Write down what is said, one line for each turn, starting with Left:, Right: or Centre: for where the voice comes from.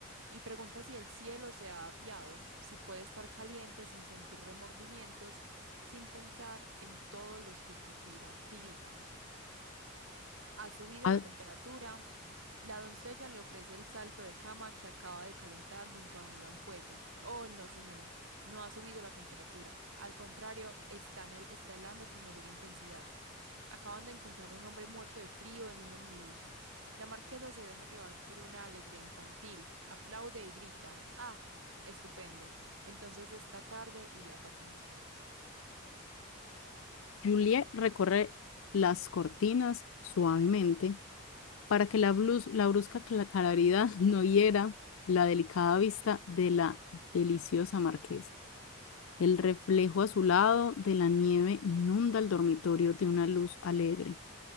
Right: Y pregunta si el cielo se ha apiado, si puede estar caliente sin sentir remordimientos, sin pensar en todos los que titiran, tiritan. Ha subido
Left: A-
Right: la temperatura. La doncella le ofrece el salto de cama que acaba de calentar junto a un gran fuego. Oh, no, señora, no ha subido la temperatura. Al contrario, está, en el, está helando con mayor intensidad. Acaban de encontrar a un hombre muerto de frío en un ómnibus. La marquesa se deja llevar por una alegría infantil. Aplaude y grita. Ah, estupendo. Entonces esta tarde iré a patinar.
Left: Juliet recorre las cortinas suavemente para que la, blus- la brusca cla- claridad <laughs> no hiera la delicada vista de la deliciosa marquesa. El reflejo azulado de la nieve inunda el dormitorio de una luz alegre.